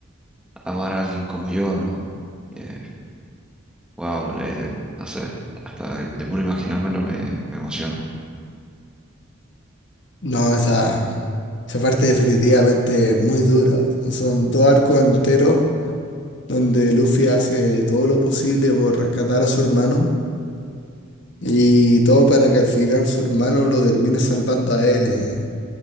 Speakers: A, in the centre; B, on the left.
A: amar a alguien como yo, ¿no? Eh, wow, eh, no sé, hasta de, de puro imaginármelo me, me emociono.
B: No, esa, esa parte definitivamente es muy dura. o sea, son dos arcos enteros donde Luffy hace todo lo posible por rescatar a su hermano y todo para que al final su hermano lo termine salvando a él. eh.